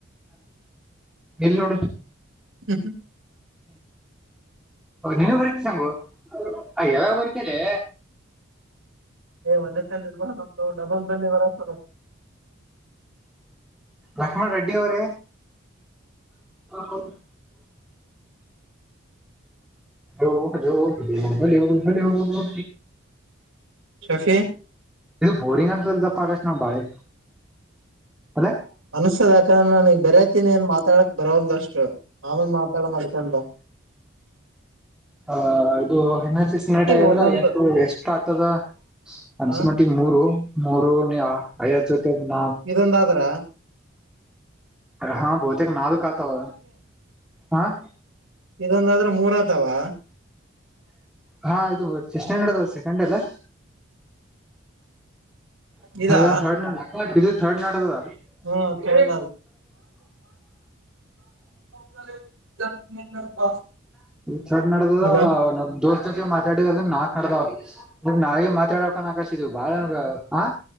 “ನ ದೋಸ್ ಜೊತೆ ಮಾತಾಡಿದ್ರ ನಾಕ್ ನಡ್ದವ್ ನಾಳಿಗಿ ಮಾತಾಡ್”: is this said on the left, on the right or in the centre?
Centre